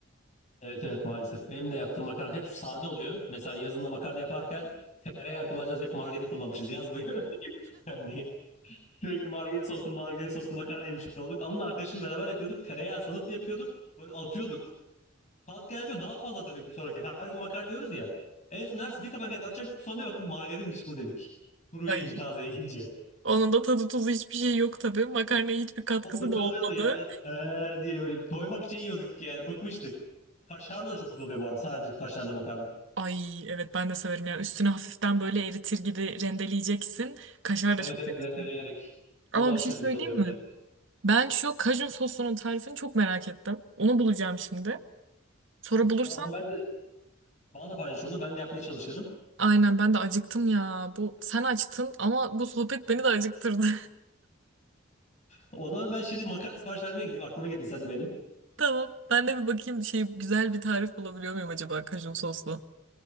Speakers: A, on the left; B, on the right.
A: Evet evet maalesef. Benim de yaptığım makarna hep sade oluyor. Mesela yazında makarna yaparken tereyağı kullanacağız. Hep margarin kullanmışız yaz boyu. <laughs> Öyle gibi makarnayı. Sürekli margarin soslu margarin soslu makarna yemiş olduk. Onunla arkadaşımla beraber yapıyorduk. Tereyağı sanıp yapıyorduk. Böyle atıyorduk. Tat gelmiyor daha fazla atıyorduk bir sonraki. Her gün makarna yiyoruz ya. En son neredeyse bir kapaket atacaktık. Son bir baktım margarinmiş bu dedik. Kuru
B: Ay
A: yiyince taze yiyince.
B: Onun da tadı tuzu hiçbir şey yok tabii. Makarnaya hiçbir katkısı
A: Çok kötü
B: da olmadı.
A: oluyordu ya Ee, diye böyle doymak için yiyorduk yani bıkmıştık. Kaşarlı da çok güzel oluyor bu arada sadece kaşarlı makarna.
B: Ay evet ben de severim ya. Üstüne hafiften böyle eritir gibi rendeleyeceksin. Kaşar da
A: Evet
B: çok
A: evet
B: yakışıyor.
A: rendeleyerek. O
B: Ama
A: da aşırı
B: bir şey söyleyeyim
A: güzel oluyor
B: mi?
A: böyle.
B: Ben şu kajun sosunun tarifini çok merak ettim. Onu bulacağım şimdi. Sonra bulursam
A: Tamam ben de bana da paylaş onu ben de yapmaya çalışırım.
B: aynen ben de acıktım ya. Bu sen açtın ama bu sohbet beni de acıktırdı.
A: O zaman ben şimdi makarna sipariş vermeye gideyim aklıma geldin sen de benim.
B: <laughs> Tamam. Ben de bir bakayım şey güzel bir tarif bulabiliyor muyum acaba kajun soslu?